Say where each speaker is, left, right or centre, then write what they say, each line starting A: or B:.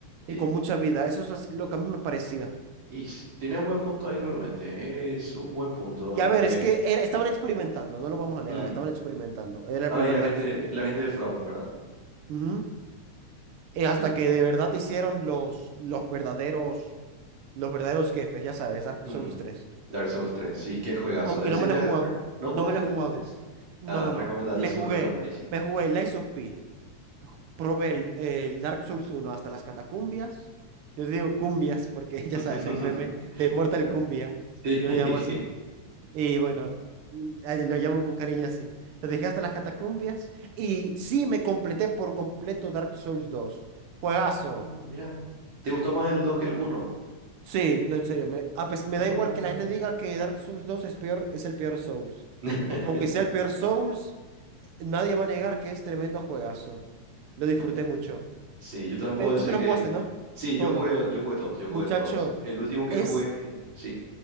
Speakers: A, on the right (about 70°); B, on the right (about 40°).
A: Y
B: Y,
A: con mucha vida. Eso es así, lo que a mí me parecía.
B: y sí, tiene un buen punto ahí realmente, es un buen punto.
A: Y a ver,
B: Eh,
A: es que era- estaban experimentando, no lo vamos a negar,
B: mm,
A: estaban experimentando. Era el
B: ah,
A: primer
B: y la
A: Dark
B: gente,
A: Souls.
B: la gente de From, ¿verdad?
A: Ujú. Y
B: Sí.
A: hasta que de verdad hicieron los, los verdaderos, los verdaderos jefes, ya sabes, Dark
B: ujú.
A: Souls tres
B: Dark Souls tres sí, qué juegazo.
A: Aunque
B: ¿Ese
A: no me
B: ya
A: lo he jugado,
B: has de jugar? ¿No
A: no
B: jugaste
A: me lo he
B: el
A: jugado.
B: tres
A: No,
B: Ah,
A: no,
B: recomendadísimo,
A: no. Me jugué,
B: recomendadísimo.
A: me jugué Lies of P. Probé el, el Dark Souls uno hasta las catacumbias. Yo digo cumbias porque
B: <laughs>
A: <laughs> ya sabes, el meme de Mortal
B: Claro.
A: Cumbia,
B: Sí.
A: yo
B: <laughs>
A: lo llamo así. Y bueno, a- lo llamo con cariño así. Lo dejé hasta las catacumbias y sí me completé por completo Dark Souls dos Juegazo.
B: Ah, mira. ¿Te gustó más el 2 que el uno
A: Sí, no, en serio. Me, a pes- me
B: Ah.
A: da igual que la gente diga que Dark Souls dos es peor, es el peor Souls.
B: <laughs>
A: Aunque sea el peor Souls, nadie va a negar que es tremendo juegazo. Lo disfruté
B: No. no.
A: mucho.
B: Sí, yo también puedo
A: Eh, tú
B: decir
A: te lo
B: que...
A: jugaste, ¿no?
B: Sí,
A: Todo.
B: yo jugué, yo jugué todos, yo jugué
A: Muchacho,
B: todos. El último que
A: es
B: jugué, sí.